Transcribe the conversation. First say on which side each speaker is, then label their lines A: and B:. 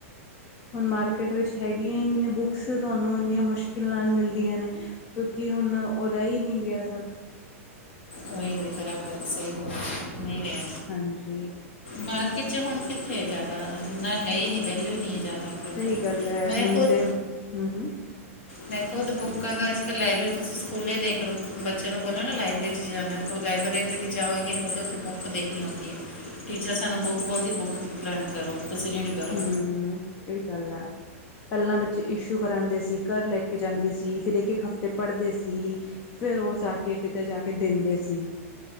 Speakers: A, on the left; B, on the left.
A: ਹੁਣ ਮਾਰਕੀਟ ਵਿੱਚ ਹੈਗੀਆਂ ਹੀ ਨਹੀਂ ਨੇ ਬੁੱਕਸ, ਤੁਹਾਨੂੰ ਇੰਨੀਆਂ ਮੁਸ਼ਕਿਲ ਨਾਲ ਮਿਲਦੀਆਂ ਨੇ ਕਿਉਂਕਿ ਹੁਣ ਉਹ ਰਹ ਹੀ ਨਹੀਂ ਗਿਆ ਸਭ
B: ਉਹੀ ਉਹੀ ਬਰਾਬਰ ਸਹੀ ਗੱਲ ਏ, ਨਹੀ ਰਿਹਾ।
A: ਹਾਂਜੀ।
B: ਮਾਰਕਿਟ ਚ ਹੁਣ ਕਿੱਥੇ ਹੈ ਜ਼ਿਆਦਾ, ਨਾ ਹੈ ਹੀ ਨਹੀਂ ਵੈਲਿਊ ਨਹੀ ਹੈ ਜ਼ਿਆਦਾ। ਫਿਰ
A: ਸਹੀ
B: ਤਾਂ
A: ਗੱਲ ਏ।
B: ਮੈਂ
A: ਹੁਣ
B: ਖੁਦ
A: ਤੇ, ਹੂ ਹੂ
B: ਮੈਂ ਖੁਦ ਬੁੱਕਾਂ ਦਾ ਅੱਜ ਕੱਲ ਲਾਇਬ੍ਰੇਰੀ, ਤੁਸੀ ਸਕੂਲੇ ਦੇਖ ਲੋ, ਬੱਚਿਆਂ ਨੂੰ ਬੋਲੋ ਨਾ ਲਾਇਬ੍ਰੇਰੀ ਚ ਜਾਣਾ ਲਾਈਬ੍ਰੇਰੀ ਦੇ ਵਿੱਚ ਜਾਓ ਗੀ ਨਹੀਂ, ਬੋਲਦੀ ਉੱਥੇ ਬੁੱਕ ਦੇਖਣੀ ਹੁੰਦੀ ਏ। ਟੀਚਰ ਸਾਨੂੰ ਬੁੱਕ ਬੋਲਦੀ ਬੁੱਕ ਲਰਣ ਕਰੋ, ਤੁਸੀਂ ਰੀਡ ਕਰੋ
A: ਹੂ ਏਹੀ ਗੱਲ ਆ। ਪਹਿਲਾਂ ਬੱਚੇ ਇਸ਼ੂ ਕਰਾਉਂਦੇ ਸੀ, ਘਰ ਲੈ ਕੇ ਜਾਂਦੇ ਸੀ, ਫਿਰ ਇੱਕ- ਇੱਕ ਹਫ਼ਤੇ ਪਢ਼ਦੇ ਸੀ। ਫਿਰ ੳਹ ਜਾ ਕੇ ਕਿਤੇ ਜਾ ਕੇ ਦਿੰਦੇ ਸੀ।